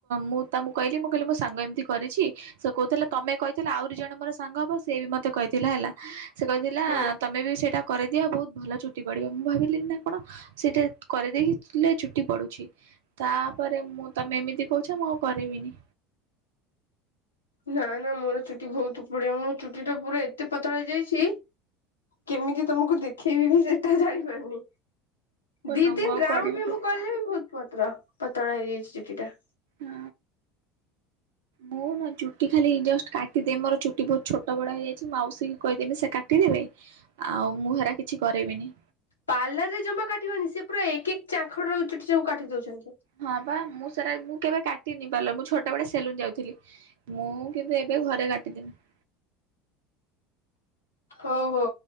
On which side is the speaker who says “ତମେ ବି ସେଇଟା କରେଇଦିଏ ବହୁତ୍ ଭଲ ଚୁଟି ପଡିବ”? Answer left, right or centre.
Right